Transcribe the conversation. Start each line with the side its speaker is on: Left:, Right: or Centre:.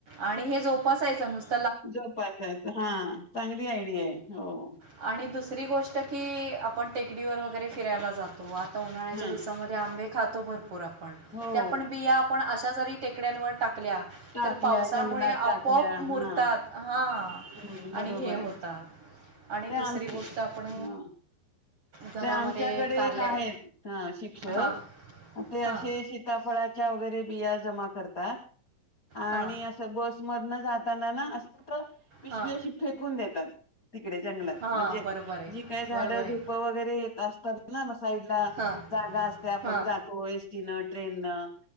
Right: आणि हे जोपासायचं नुसत-
Left: झोपासायच, <unintelligible> हा चांगली आयडीया आहे हो-
Right: आणि दुसरी गोष्ट की आपण टेकडीवर वगैरे फिरायला जातो आ- उन्हाळ्याच्या
Left: हा
Right: दिवसामध्ये आंबे खातो भरपूर आपण
Left: हो.
Right: ते आपण बिया- आपण अशा जरी टेकड्यांवर टाकल्या
Left: टाकल्या
Right: तर पावसामुळे
Left: जंगलात
Right: आपोआप
Left: टाकल्या.
Right: मुरतात
Left: हां.
Right: हां- आणि
Left: हं. बरोबर
Right: हे
Left: आहे.
Right: होतात आणि
Left: ते
Right: दुसरी
Left: आमचे
Right: गोष्ट आपण-
Left: हं.
Right: घरामध्ये
Left: ते आमच्याकडे
Right: कारल्या
Left: एक आहेत, अ शिक्षक-
Right: हां
Left: ते असे
Right: हां
Left: शीताफळाच्या वगैरे बिया जमा- करत आणि
Right: हां
Left: अस बसमधन जाताना ना अस- पिशवी
Right: हां
Left: अशी फेकून देतात, तिकडे जंगलात
Right: हां
Left: म्हणजे
Right: बरोबर आहे
Left: जी काय झाडं
Right: बरोबर
Left: झ-
Right: आहे
Left: वगैरे येत असताना साइडला
Right: हां
Left: जागा असते, आपण
Right: हां
Left: जातो एसटी न ट्रेन नं-